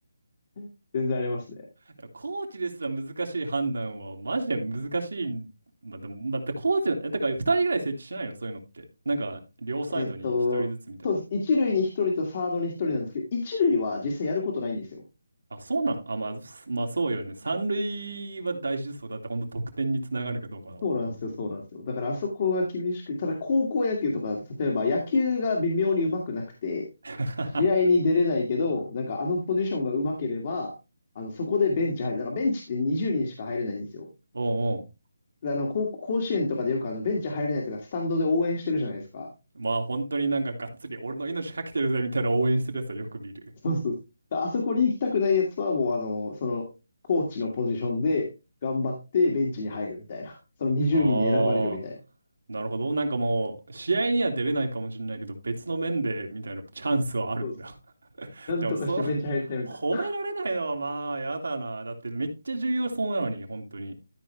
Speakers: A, on the left; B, on the right.
A: <laughs> 全然ありますね。
B: いやコーチですら難しい判断はマジで難しいまあ、でも、またコーチの、えだから2人ぐらい設置しないの、そういうのって。なんか、両サイドに1人ずつみたいな。
A: えっと、そうです。一塁に一人とサードに一人なんですけど、一塁は実際やることないんですよ。
B: あ、そうなのあ、まあ、すまあそうよね。三塁は大事そうだって、ほんと得点につながるかどうかだもんね。
A: そうなんですよ、そうなんですよ。だからあそこが厳しく、ただ高校野球とかだと、例えば野球が微妙に上手くなくて、
B: <laughs>
A: 試合に出れないけど、なんかあのポジションが上手ければ、あの、そこでベンチ入る。だからベンチって20人しか入れないんですよ。
B: おうお
A: であの、高校、甲子園とかでよくあの、ベンチ入れないとか、スタンドで応援してるじゃないですか。
B: う。まあ本当になんかがっつり俺の命かけてるぜみたいな応援するやつはよく見る。
A: そうそう。あそこに行きたくないやつは、もうあの、その、コーチのポジションで頑張ってベンチに入るみたいな。その20人にんに選ばれるみたいな。
B: ああ。なるほど。なんかもう、試合には出れないかもしれないけど、別の面で、みたいなチャンスはあるんだ。
A: そうそう。
B: <laughs>
A: なんとかしてベンチ入りたいみたいな。
B: でも、その、褒められないのはまあ、やだな。だって、めっちゃ重要そうなのに、本当に。